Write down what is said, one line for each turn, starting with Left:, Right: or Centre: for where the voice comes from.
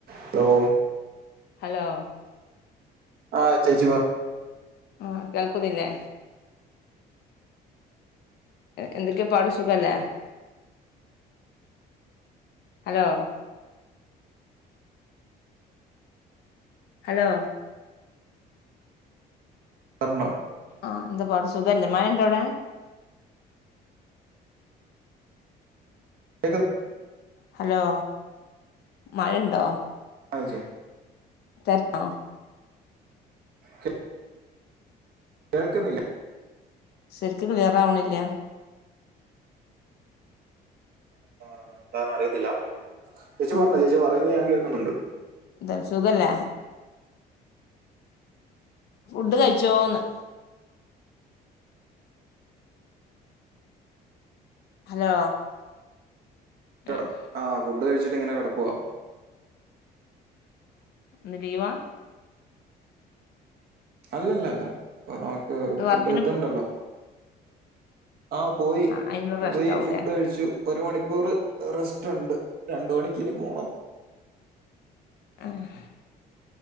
Right: Hello
Left: hello
Right: ആ ചേച്ചി വാ
Left: ഉം കേൾക്കുന്നില്ലേ എന്തൊക്കെയ പാട് സുഖല്ലേ ഹലോ ഹലോ
Right: പർണോ
Left: ആഹ് എന്താ പാട് സുഖല്ലേ മഴയുണ്ടോ അവിടെ
Right: കേക്ക്
Left: ഹലോ മഴയുണ്ടോ
Right: അജയ്
Left: തര്ണോ
Right: കേ- കേൾക്കുന്നില്ല
Left: ശരിക്ക് ക്ലിയർ ആവണില്ല
Right: അത് എന്താന്ന് അറിയത്തില്ല ചേച്ചി
Left: ആഹ്
Right: പറഞ്ഞോ ചേച്ചി പറയുന്ന ഞാൻ കേക്കുന്നുണ്ട്
Left: എന്താ സുഖല്ലേ ഫുഡ് കഴിച്ചോന്ന് ഹലോ
Right: എടാ
Left: ഏഹ്
Right: ആ ഫുഡ് കഴിച്ച് ഇങ്ങനെ കിടക്കുവാ
Left: ഇന്ന് ലീവാ
Right: അല്ലല്ലല്ല അപ്പ നമുക്ക്
Left: ഇന്ന്
Right: ഫുഡ്
Left: വർക്കിന്
Right: ഇത്ണ്ടല്ലോ
Left: പോ
Right: ആഹ് പോയി
Left: അയിനുള്ള
Right: പോയി
Left: റെസ്റ്റ് ആവൂല്ലേ
Right: ഫുഡ് കഴിച്ചു ഒര് മണി ക്കൂറ് റെസ്റ്റ്ണ്ട് രണ്ട് മണിക്കിനി പോണം
Left: ആഹ്